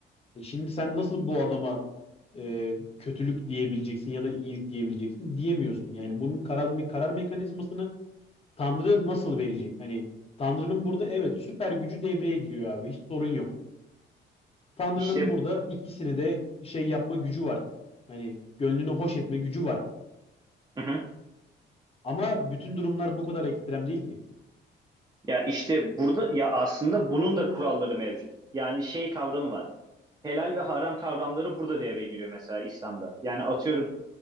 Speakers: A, on the left (about 30°); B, on the right (about 20°).
A: E Şimdi sen nasıl bu adama e, kötülük diyebileceksin ya da iyilik diyebileceksin diyemiyorsun. Yani bunun karar, karar mekanizmasını Tanrı nasıl verecek? Hani Tanrı'nın burada evet süper gücü devreye giriyor abi. Hiç sorun yok. Tanrı'nın
B: İşte
A: burada ikisini de şey yapma gücü var. Hani gönlünü hoş etme gücü var.
B: hı hı.
A: Ama bütün durumlar bu kadar ekstrem değil ki.
B: Ya işte burada ya aslında bunun da kuralları mevcut. Yani şey kavramı var. Helal ve haram kavramları burada devreye giriyor mesela İslam'da. Yani atıyorum